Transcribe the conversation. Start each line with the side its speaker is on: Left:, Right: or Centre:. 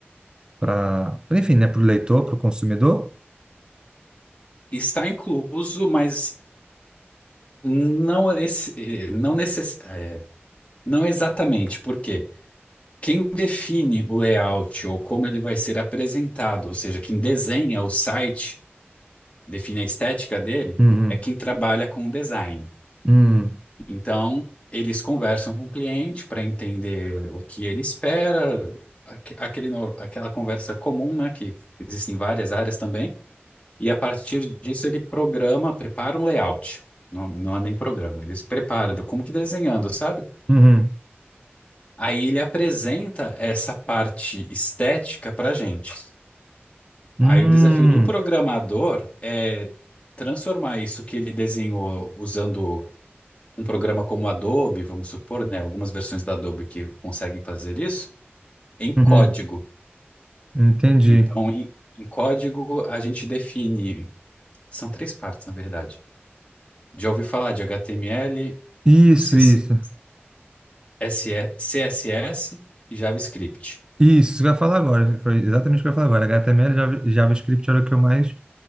Right: para, enfim, né, para o leitor, para o consumidor?
Left: Está incluso, mas não, esse, eh, não, necess, eh, não exatamente, Porque Quem define o layout ou como ele vai ser apresentado, ou seja, quem desenha o site define a estética dele,
Right: Uhum,
Left: é quem trabalha com design.
Right: uhum,
Left: Então, eles conversam com o cliente para entender o que ele espera, aque- aquele, no- aquela conversa comum, né, que existem várias áreas também, e a partir disso ele programa, prepara um layout. Não, não é nem programa, eles preparam, do- como que desenhando, sabe?
Right: uhum,
Left: Aí ele apresenta essa parte estética para gente.
Right: uhum,
Left: Aí o desafio do programador é transformar isso que ele desenhou usando um programa como Adobe, vamos supor, né, algumas versões da Adobe que conseguem fazer isso, em código.
Right: uhum. Entendi.
Left: Então, em, em código, a gente define, são três partes, na verdade. Já ouvi falar de HTML,
Right: Isso,
Left: CC,
Right: isso.
Left: SE, CSS e JavaScript.
Right: Isso, isso que eu ia falar agora. Foi exatamente o que eu ia falar agora. HTML e Java- JavaScript era o que eu mais